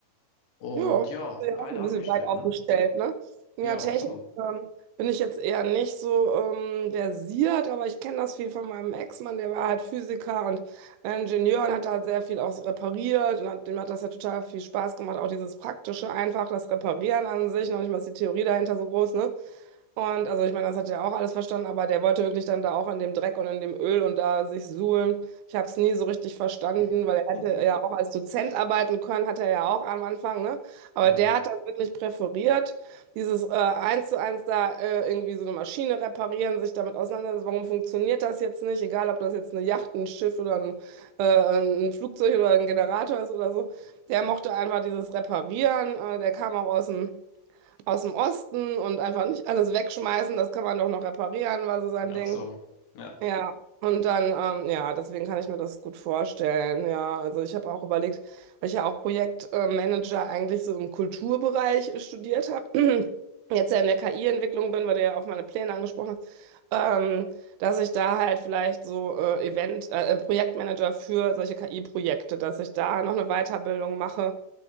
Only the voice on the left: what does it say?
Und
ja,
breit
aufgestellt,
ne?
Ja,
absolut.
<laughs>
Mhm.
Ach
so, ja.